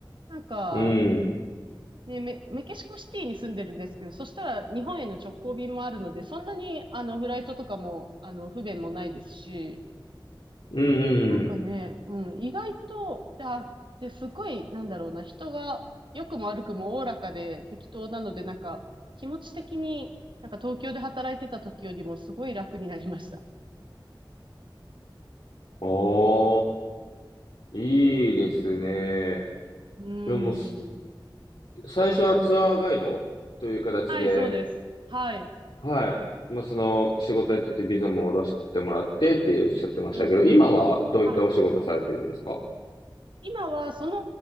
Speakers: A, on the right (about 70°); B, on the left (about 85°).
A: なんか、
B: うんうん。うん。
A: で、メ、メキシコシティに住んでるんですけど、そしたら日本への直行便もあるので、そんなにあのフライトとかもあの不便もないですし、
B: うんうん
A: なんかね、うん、意外と、で、あで、すごい、なんだろうな、人が良くも悪くもおおらかで適当なので、なんか気持ち的になんか東京で働いてた時よりもすごい楽になりました。
B: ああ、いいですね。
A: うん。うん。
B: でも、す最初はツアーガイドという形で、
A: はい、そうです。はい。
B: はい。まあ、その仕事やっててビザも下ろしてもらってっておっしゃってましたけど、
A: うん、うん。
B: 今はどういったお仕事されてるんですか
A: はい。今は、その、